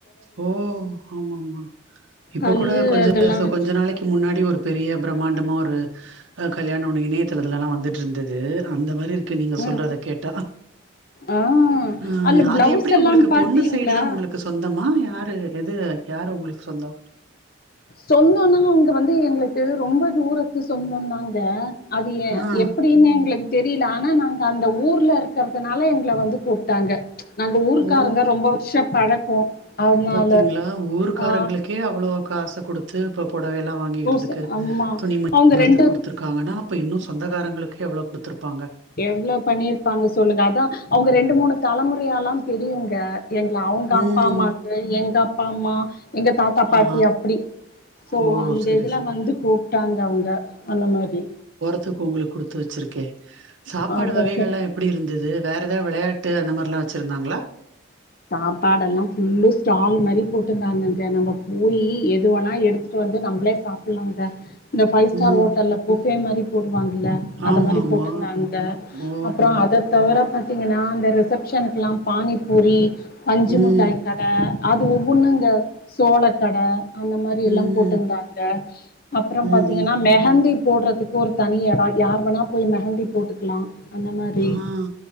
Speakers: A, on the right; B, on the left.
A: ஓ ஆமாமா இப்ப
B: கல்லு
A: கூட கொஞ்ச
B: அதெல்லா வச்சு
A: கொஞ்ச நாளைக்கி முன்னாடி ஒரு பெரிய பிரம்மாண்டமா ஒரு அ கல்யாணோ ஒன்னு இணையத்துள இதுலல்லா வந்துட்டுருந்தது அந்த மாரி இருக் கு நீங்க
B: ம்
A: சொல்றத கேட்டா
B: ஆ
A: ஆ
B: அதுல
A: அது
B: பிளவுஸ்
A: எப்பிடி
B: எல்லா
A: உங்களுக்கு
B: பாத்தீங்களா
A: பொண்ணு சைடு தா உங்களுக் கு சொந்தமா யாரு எது யாரு உங்களுக்கு சொந்தோ
B: சொந்தம்னா அவங்க வந்து எங்களுக்கு ரொம்ப தூரத்து சொந்தம்தாங்க அது எ
A: ஆ
B: எப்டின்னு எங்களுக்கு தெரியல ஆனா நாங்க அந்த ஊர்ல இருக்கறதுனால எங்கள வந்து கூப்ட்டாங்க நாங்க ஊருக்கரங்க
A: ஓ
B: ரொம்ப வருஷோ பழக்கோ அதனால
A: பாத்தீங்களா ஊருக்காரங்களுக்கே
B: ஆ
A: அவ்ளோ காசக்குடுத்து இப்போ பொடவையெல்லா வாங்கிக்கறதுக்கு
B: பூசு ஆமா
A: துணி மணி
B: அவங்க
A: வாங்கறதுக்
B: ரெண்டு
A: குடுத்துரு காங்கன்னா அப்ப இன்னு சொந்தகாரங்களுக்கு எவ்ளோ குடுத்துருப்பாங்க
B: எவ்ளோ பண்ணிருப்பாங்க சொல்லுங்க அதா அவங்க ரெண்டு மூணு தலமுறையாலா தெரியுங்க எங்கள அவுங்க
A: ம்
B: அப்பா அம்மாக்கு எங்க அப்பா அம்மா எங்க தாத்தா பாட்டி
A: ஆ
B: அப்பிடி சோ
A: ஓ
B: அந்த
A: சரி
B: இதுல்லா
A: சரி
B: வந்து கூப்ட்டாங்க அவங்க அந்த மாரி
A: த்துக் உங்களுக்கு குடுத்து வச்சிருக்கே சாப்பாடு
B: அதா
A: வகைகள்லா
B: சொ
A: எப் பிடி இருந்தது வேறு ஏதாவது வெளையாட்டு அந்த மாரிலா வச்சுருந்தாங்களா
B: சாப்பாடெல்லா ஃபுல்லு ஸ்டால் மாரி போட்டுருந்தாங்கங்க நம்ம போய் எதுவேனா எடுத்துட்டு வந்து நம்பளே சாப்ல்லாங்க இந்த பைவ் ஸ்டார்
A: ம்
B: ஹோட்டல்ல புஃபே மாரி போடுவாங்கல்ல
A: ஆமாமா
B: அத மாரி போட்ருந்தாங்க
A: ஓஹோ
B: அப்பறோ அது தவர பாத்தீங்கன்னா அந்த ரிசப்ஷனுக்கல்லா பானிபூரி பஞ்சு
A: ம்
B: முட்டாய் கட அது ஒவ்வொன்னுங்க சோளக்கட அந்த மாரி எல்லாம்
A: ம்
B: போட் டுந்தாங்க அப்றம்
A: ம்ஹும்
B: பாத்தீங்கனா மெஹந்திப் போட்றதுக்கு ஒருத் தனி எடோ யார் வேணாப் போய் மெஹந்தி போட்டுக்லா அந்த மாத்ரி
A: ஆ